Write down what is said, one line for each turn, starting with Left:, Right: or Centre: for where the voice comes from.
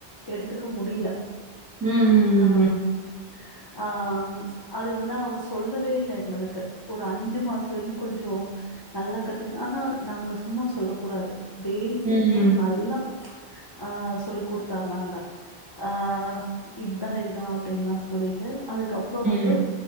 Left: எடுத்துக்க முடில
Right: ம் ம் ம்
Left: ம் ஆ அது வந்து அவ சொல்லவே இல்ல எங்களுக்கு ஒரு அஞ்சு மாச வரக்கு கொஞ்சொ நல்லா கத்துக்ணு ஆனா நாங்க சும்மா சொல்ல கூடாது பேசிக்கல்லா
Right: ம் ம் ம்
Left: நல்லா அ சொல்லி் கொடுத்தாங்க அங்க ஆ இதா இதா அப்டின்னல்லா சொல்லிட்டு அதுக்கப்புறோ
Right: ம்
Left: வந்து